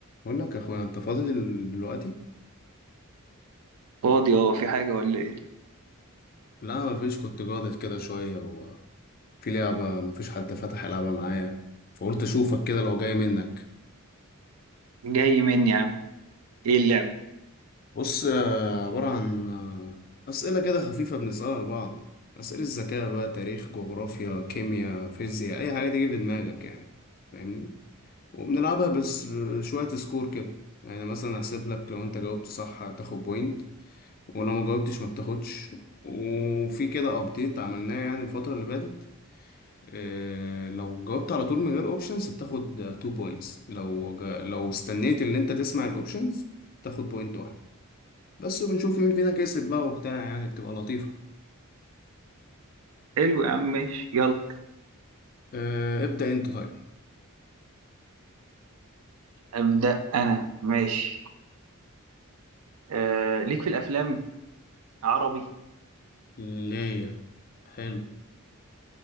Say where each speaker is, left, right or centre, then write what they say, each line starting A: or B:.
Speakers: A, on the left; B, on the right.
A: بقول لك يا اخويا انت فاضي دل- دلوقتي
B: فاضي اه في حاجة ولا ايه
A: لا ما فيش كنت جاضد كده شويه وفي لعبه ما فيش حد فتح يلعبها معايا فقلت اشوفك كده لو جاي منك
B: جاي مني يا عم ايه اللعبة
A: بص آه، عباره عن آه، اسئله كده خفيفه بنسالها لبعض اسئله الذكاء بقى تاريخ جغرافيا كيمياء فيزياء اي حاجه تيجي في دماغك يعني فاهمني وبنلعبها بس شويه سكور كده يعني مثلا هحسب لك لو انت جاوبت صح هتاخد بوينت ولو ما جاوبتش ما بتاخدش وفي كده ابديت عملناه يعني الفترة اللي فاتت إيه، لو جاوبت على طول من غير اوبشنز بتاخد 2 بوينتس لو جا... لو استنيت ان انت تسمع الاوبشنز تاخد بوينت واحده بس وبنشوف مين فينا كسب بقى وبتاع يعني بتبقى لطيفه
B: حلو يا عم ماشي يلا
A: إيه، ابدأ انت طيب
B: أبدأ أنا ماشي آه ليك في الأفلام عربي
A: ليه حلو